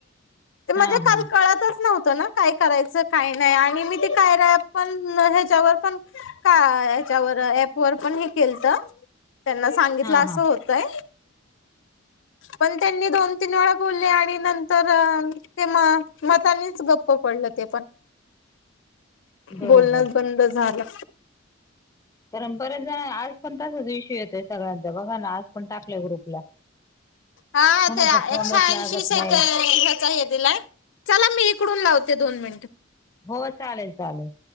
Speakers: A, on the left (about 65°); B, on the left (about 15°).
A: म्हणजे
B: हा
A: काल
B: हा
A: कळतच नव्ह तं ना, काय करायचं, काय नाही आणि मी ते कायराय अँप पण ह्याच्यावर पण का याच्यावर ॲप वर पण हे केलतं त्यांना सांगितलं
B: हा
A: असं
B: हा
A: होतंय. पण तेनी दोन, तीन वेळा बोलले आणि नंतर अं म मताांनीच गप्प पडलं. ते पण
B: <inaudible> बरोबर
A: बोलणच बंद झालं.
B: परत <unintelligible> आज पण तसाच इशू येतोय सगळ्यांचा बघा ना आज पण टाकलाय ग्रुपला.
A: हा
B: कुणाचा
A: ते
B: फोनच
A: एकशे ऐंशीे
B: लागत
A: सेकंद
B: नाही
A: हेचां हे दिलाय. चला मी इकडून लावते दोन मिनिटं
B: हो चालेल चालेल.